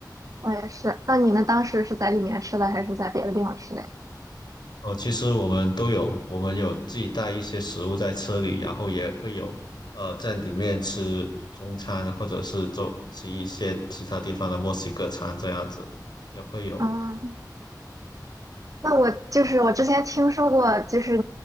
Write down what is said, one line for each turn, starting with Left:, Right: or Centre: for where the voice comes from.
Right: 我也是。那你们当时是在里面吃的，还是在别的地方吃的呀？
Left: 哦、其实我们都有，我们有自己带一些食物在车里，然后也会有，呃，在里面吃中餐，或者是做吃一些其他地方的墨西哥餐这样子，也会有。
Right: 啊，那我就是我之前听说过，就是